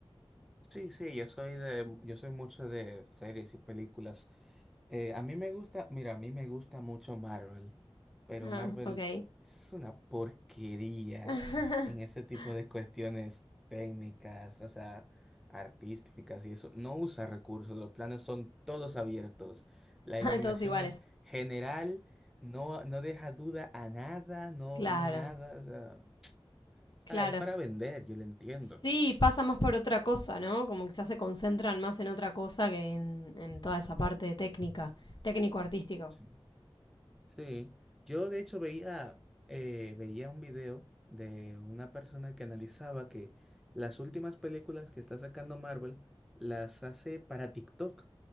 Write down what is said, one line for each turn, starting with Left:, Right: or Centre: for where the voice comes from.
Centre: Sí, sí, yo soy de, yo soy mucho de series y películas. Eh, a mí me gusta, mira, a mí me gusta mucho Marvel, pero
Left: Ah,
Centre: Marvel
Left: ok.
Centre: es una porquería
Left: <laughs>
Centre: en ese tipo de cuestiones técnicas, o sea, artísticas y eso. No usa recursos, los planos son todos abiertos, la iluminación
Left: Todos iguales.
Centre: es general, no, no deja duda a nada, no,
Left: Claro,
Centre: no nada, o sea, o
Left: claro.
Centre: sea, es para vender, yo lo entiendo.
Left: Sí, pasa más por otra cosa, ¿no? Como quizás se concentran más en otra cosa que en, en toda esa parte técnica, técnico-artístico.
Centre: Sí. Sí, yo de hecho veía, eh, veía un video de una persona que analizaba que las últimas películas que está sacando Marvel las hace para TikTok,